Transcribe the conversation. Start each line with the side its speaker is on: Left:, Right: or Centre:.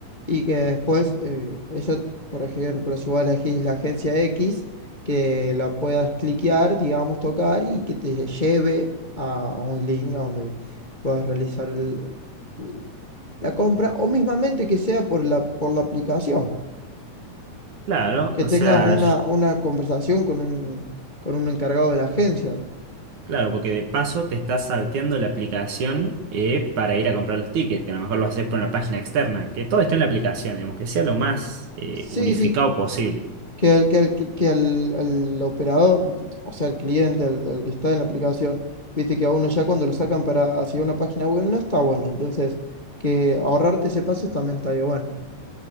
Left: y que después, eh, eso, por ejemplo, si vos elegís la agencia X que la puedas cliquear, digamos, tocar y que te lleve a, a un link a donde puedas realizar el- el- la compra o mismamente que sea por la, por la aplicación,
Right: Claro,
Left: que
Right: o
Left: tengas
Right: sea,
Left: una,
Right: sh-
Left: una conversación con un, con un encargado de la agencia.
Right: claro, porque de paso te estás salteando la aplicación eh, para ir a comprar los tickets, que a lo mejor lo haces por una página externa, que todo está en la aplicación, digamos, que sea lo más eh,
Left: Sí,
Right: unificado
Left: sí,
Right: posible.
Left: que, al que, al que que al al operador, o sea, el cliente, el, el que está en la aplicación, viste que a uno ya cuando lo sacan para hacia una página web no está bueno, entonces que ahorrarte ese paso también estaría bueno,